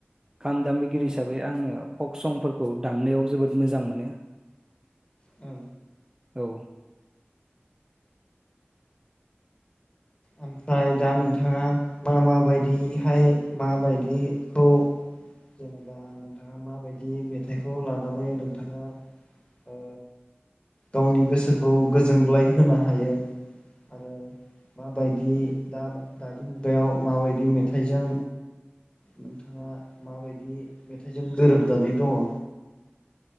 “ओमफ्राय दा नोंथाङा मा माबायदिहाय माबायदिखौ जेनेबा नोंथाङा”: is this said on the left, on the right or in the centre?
Left